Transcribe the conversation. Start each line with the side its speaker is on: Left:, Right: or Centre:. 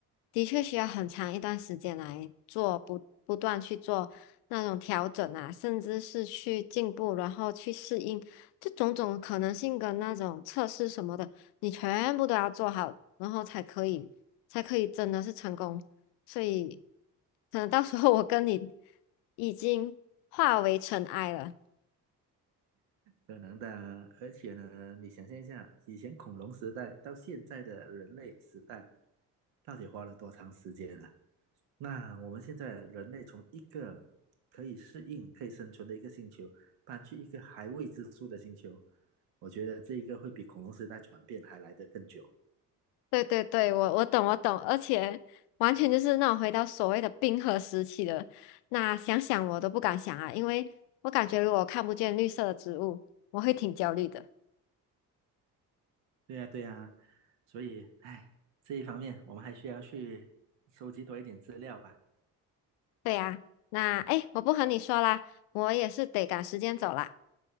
Left: 的确需要很长一段时间来做，不不断去做那种调整啊，甚至是去进步，然后去适应，这种种可能性跟那种测试什么的，你全部都要做好，然后才可以才可以真的是成功。所以，可能到时候我跟你已经化为尘埃了。
Right: 可能的啊而且呢，你想象一下，以前恐龙时代到现在的人类时代，到底花了多长时间呢？那我们现在人类从一个可以适应、可以生存的一个星球，搬去一个还未知数的星球，我觉得这一个会比恐龙时代转变还来得更久。
Left: 对对对，我我懂我懂，而且完全就是那种回到所谓的冰河时期的，那想想我都不敢想啊，因为我感觉如果看不见绿色的植物，我会挺焦虑的。
Right: 对呀，对呀，所以，哎，这一方面我们还需要去收集多一点资料吧。
Left: 对呀，那哎诶，我不和你说啦，我也是得赶时间走啦。